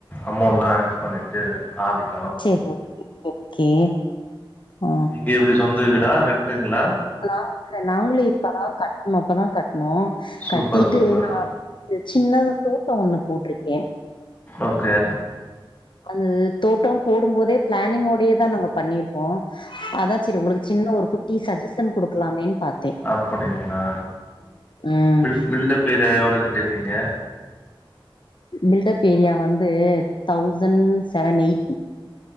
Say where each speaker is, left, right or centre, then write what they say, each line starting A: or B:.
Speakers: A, on the left; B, on the left.
A: அமௌண்ட்லா அரேஞ் பண்ணிட்டு ஆவிப்
B: செர் ஓகே ஓகே ஆ
A: நீங்க எப்டி சொந்த வீடா ரெண்ட்டுங்ளா
B: நாங்கில்ல நாங்ளு இப்பதா கட்னோ இப்பதா கட்னோ
A: சூப்பர்
B: கட்டிட்டு
A: சூப்பர்
B: இந்த மார் சின்னதா தோட்டோ ஒன்னு போட்ருக்கே
A: ஓகே
B: அந்த தோட்டோ போடும்போதே பிளானிங்கோடயேதா நாங்க பண்ணிருக்கோ அதா செரி உங்களுக்கு சின்ன ஒரு குட்டி சஜஷன் குடுக்கலாமேன் பாத்
A: அப்படிங்ளா
B: ம்
A: பில் பில்டப் ஏரியா எவ்ள கட்டிருக்கிங்க
B: பில்டப் ஏரியா வந்து thousand seven eight